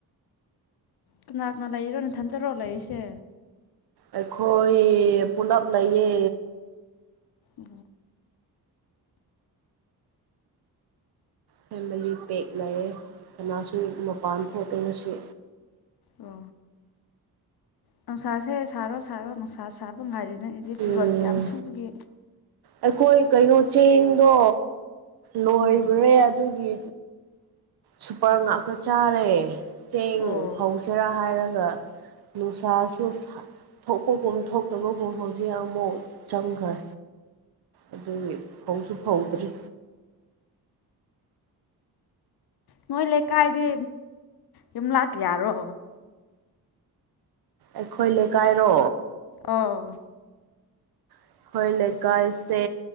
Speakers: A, on the left; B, on the right.
A: ꯀꯅꯥ ꯀꯅꯥ ꯂꯩꯔꯣꯅꯦ ꯊꯟꯗꯔꯣ ꯂꯩꯔꯤꯁꯦ
B: ꯑꯩꯈꯣꯏ ꯄꯨꯂꯞ ꯂꯩꯌꯦ
A: ꯎ
B: ꯐꯦꯃꯤꯂꯤ ꯄꯦꯛ ꯂꯩꯌꯦꯦ ꯀꯅꯥꯁꯨ ꯃꯄꯥꯟ ꯊꯣꯛꯇꯣꯏꯅ ꯁꯤ
A: ꯑ ꯅꯨꯡꯁꯥꯁꯦ ꯁꯥꯔꯣ ꯁꯥꯔꯣ ꯅꯨꯡꯁꯥ ꯁꯥꯕ ꯉꯥꯏꯔꯤꯅ ꯑꯩꯗꯤ ꯐꯤꯔꯣꯜ
B: ꯎꯝ
A: ꯌꯥꯝ ꯁꯨꯕꯒꯤ
B: ꯑꯩꯈꯣꯏ ꯀꯩꯅꯣ ꯆꯦꯡꯗꯣ ꯂꯣꯏꯕ꯭ꯔꯦ
A: ꯎꯝ
B: ꯑꯗꯨꯒꯤ ꯁꯨꯄꯔ ꯉꯥꯛꯇ ꯆꯥꯔꯦ ꯆꯦꯡ
A: ꯑꯣ
B: ꯐꯧꯁꯤꯦꯔꯥ ꯍꯥꯏꯔꯒ ꯅꯨꯡꯁꯥꯁꯨ ꯊꯣꯛꯄꯒꯨꯝ ꯊꯣꯛꯇꯕꯒꯨꯝ ꯍꯧꯖꯤꯛ ꯑꯃꯨꯛ ꯆꯪꯈ꯭ꯔꯦ ꯑꯗꯨꯒꯤ ꯐꯧꯁꯨ ꯐꯧꯗ꯭ꯔꯤ
A: ꯅꯣꯏ ꯂꯩꯀꯥꯏꯗꯤ ꯌꯨꯝ ꯂꯥꯛꯀ ꯌꯥꯔꯣ
B: ꯑꯩꯈꯣꯏ ꯂꯩꯀꯥꯏꯔꯣ
A: ꯑꯣꯥ
B: ꯑꯩꯈꯣꯏ ꯂꯩꯀꯥꯏꯁꯦ